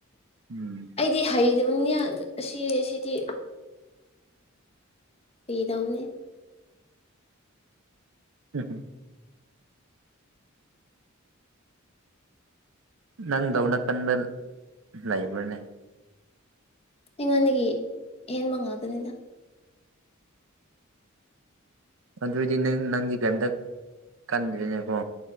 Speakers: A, on the right; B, on the left.
A: ꯎꯝ
B: ꯑꯩꯗꯤ ꯍꯩꯇꯕꯅꯤꯌ ꯗꯨ ꯑꯁꯤ ꯁꯤꯗꯤ ꯐꯒꯤꯇꯧꯕꯅꯦ
A: <unintelligible> ꯅꯪꯗꯧꯅ ꯀꯥꯟꯕ ꯂꯩꯥꯕ꯭ꯔꯥꯅꯦ
B: ꯑꯩꯉꯣꯟꯗꯒꯤ ꯍꯦꯟꯕ ꯉꯥꯛꯇꯅꯤꯗ
A: ꯑꯗꯨꯗꯤ ꯅꯪ ꯅꯪꯗꯤ ꯀꯩꯝꯇ ꯀꯟꯗ꯭ꯔꯦꯅꯦꯀꯣ